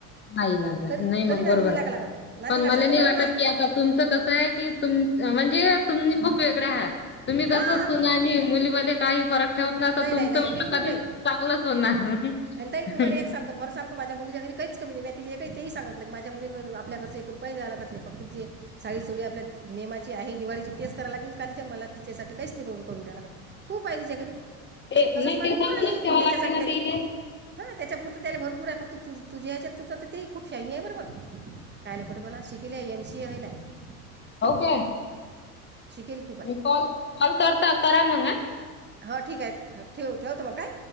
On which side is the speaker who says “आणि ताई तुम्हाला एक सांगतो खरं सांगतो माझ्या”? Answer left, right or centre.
Right